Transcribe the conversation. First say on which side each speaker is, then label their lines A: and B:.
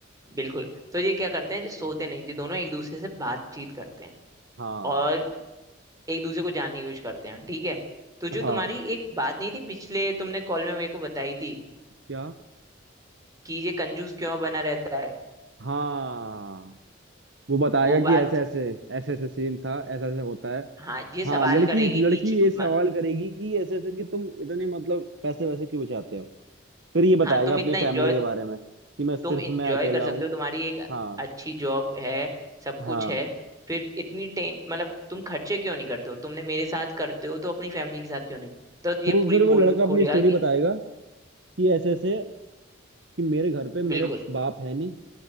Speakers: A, on the right (about 15°); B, on the right (about 60°).
A: बिल्कुल तो ये क्या करते हैं जो सोते नहीं ये दोनों एक दूसरे से बातचीत करते हैं
B: हाँ
A: और एक दूसरे को जानने की कोशिश करते हैं ठीक है तो जो
B: हाँ
A: तुम्हारी एक बात नहीं थी पिछले तुमने कॉल में मेरे को बताई थी
B: क्या
A: कि ये कंजूस क्यों बना रहता है
B: हाँ वो बताएगा
A: वो
B: कि
A: बात
B: ऐसे ऐसे ऐसे ऐसे सीन था ऐसा ऐसे होता है
A: हाँ ये सवाल
B: हाँ लड़की
A: करेगी
B: लड़की
A: बीच
B: ये सवाल
A: म-
B: करेगी कि ऐसे ऐसे कि तुम इतने मतलब पैसे वैसे क्यों बचाते हो फिर ये बताएगा
A: हाँ तुम
B: अपनी
A: इतना
B: फैमिली
A: एंजॉय
B: के बारे में कि मैं सिर्फ
A: तुम इंजॉय
B: मैं अकेला
A: कर सकते
B: हूँ
A: हो तुम्हारी एक
B: हाँ
A: अच्छी जॉब है सब कुछ
B: हाँ
A: है फिर इतनी टें मतलब तुम खर्चे क्यों नहीं करते हो तुमने मेरे साथ करते हो तो अपनी फैमिली के साथ क्यों नहीं तो ये
B: तो
A: पूरी
B: फिर वो
A: पोल
B: लड़का अपनी
A: खोलेगा
B: स्टोरी
A: कि
B: बताएगा कि ऐसे ऐसे कि मेरे घर पे मेरे
A: बिल्कुल
B: बाप है नहीं